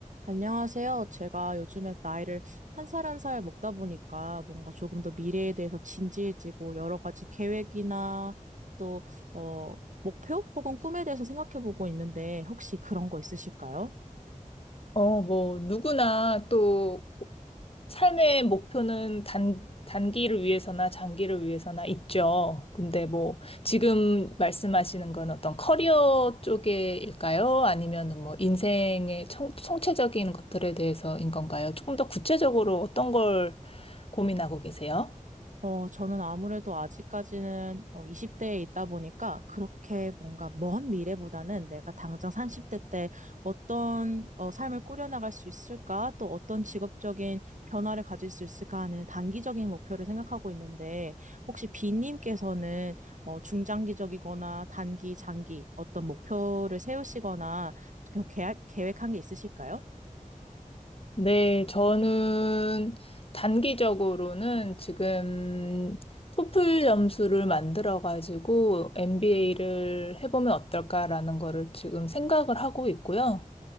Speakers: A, on the right; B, on the left.
A: 안녕하세요. 제가 요즘에 나이를 한 살 한 살 먹다 보니까 뭔가 조금 더 미래에 대해서 진지해지고 여러 가지 계획이나 또, 어, 목표 혹은 꿈에 대해서 생각해 보고 있는데 혹시 그런 거 있으실까요?
B: 어, 뭐, 누구나 또 고- 삶의 목표는 단, 단기를 위해서나 장기를 위해서나 있죠. 근데 뭐, 지금 말씀하시는 건 어떤 커리어 쪽일까요? 아니면은 뭐, 인생의 청, 총체적인 것들에 대해서인 건가요? 조금 더 구체적으로 어떤 걸 고민하고 계세요?
A: 어, 저는 아무래도 아직까지는 어, 20대에 있다 보니까 그렇게 뭔가 먼 미래보다는 내가 당장 30대 때 어떤 어, 삶을 꾸려나갈 수 있을까? 또 어떤 직업적인 변화를 가질 수 있을까 하는 단기적인 목표를 생각하고 있는데 혹시 비님께서는 어, 중장기적이거나 단기, 장기 어떤 목표를 세우시거나 계획, 계획한 게 있으실까요?
B: 네, 저는 단기적으로는 지금 토플 점수를 만들어가지고 MBA를 해보면 어떨까라는 거를 지금 생각을 하고 있고요.